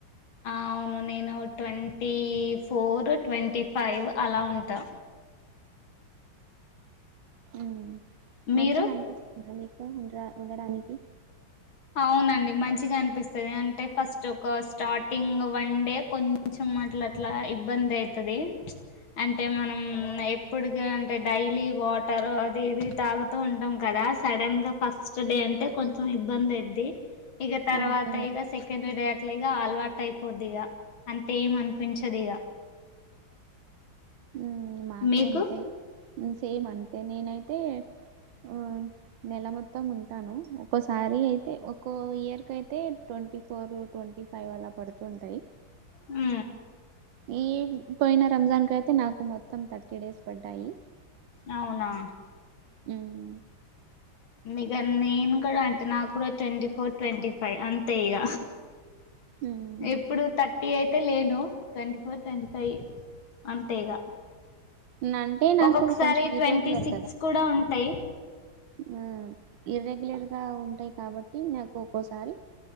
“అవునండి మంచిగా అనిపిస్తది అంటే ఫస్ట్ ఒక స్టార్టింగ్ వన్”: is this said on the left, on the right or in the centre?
Left